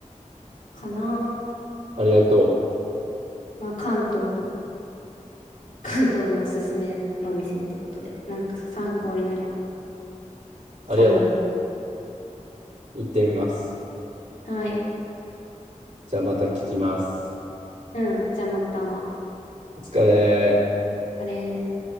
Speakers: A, on the left; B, on the right.
A: かな。
B: ありがとう。
A: まあ関東の、関東のおすすめのお店ってことで、なんか参考になれば
B: ありがとう。
A: 幸い。
B: 行ってみます。
A: はい。
B: じゃあまた聞きます。
A: うん。じゃあまた。
B: お疲れ。
A: あれ。